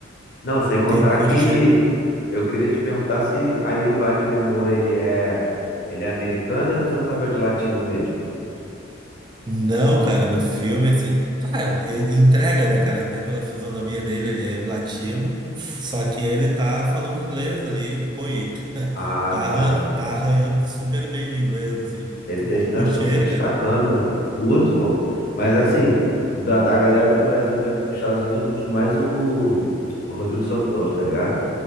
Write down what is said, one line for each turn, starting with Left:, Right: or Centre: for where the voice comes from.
Left: Não, sem contar
Right: tem curtido.
Left: que Eu queria te perguntar se aí o Wagner Moura, ele é, ele é americano ou ele tá fazendo papel de latino mesmo?
Right: Não, cara, no filme, assim. Cara, e- entrega, né, cara? Até pela fisionomia dele, ele é latino, só que ele tá falando inglês ali, pô, e <laughs>
Left: Ah,
Right: tá, tá
Left: tá.
Right: arran- tá arranhando super bem no inglês, assim.
Left: Ele
Right: Tu
Left: tá,
Right: co- curte
Left: não, estou
Right: ele,
Left: se destacando,
Right: cara?
Left: né? Curto, pô. Mas assim, da, da galera do Brasil que tá indo pros Estados Unidos, eu gosto mais o, o Rodrigo Santoro, tá ligado?